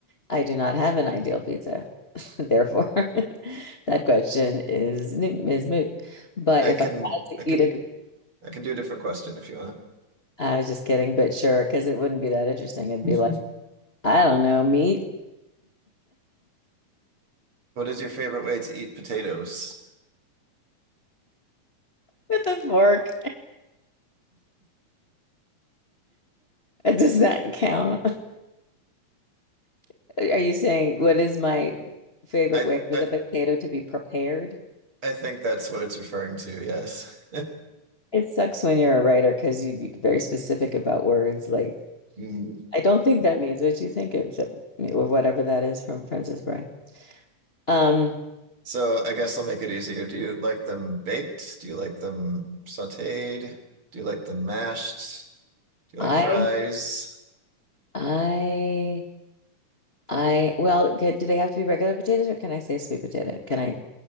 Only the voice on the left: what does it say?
I do not have an ideal pizza. <laughs> Therefore, <laughs> that question is n- is moot. But
if
I had to
eat
a,
I was just kidding, but sure, because it wouldn't be that interesting. It'd
be like, I don't know, meat
with a fork. <laughs> Does that count? <laughs> Are you saying what is my favorite
way for
the potato to be prepared?
It sucks when you're a writer because you, you get very specific about words. Like,
I don't think that means what you think it should, or whatever that is from Princess Bride. Um,
I,
I, I, well, ca- do they have to be regular potatoes or can I say sweet potato? Can I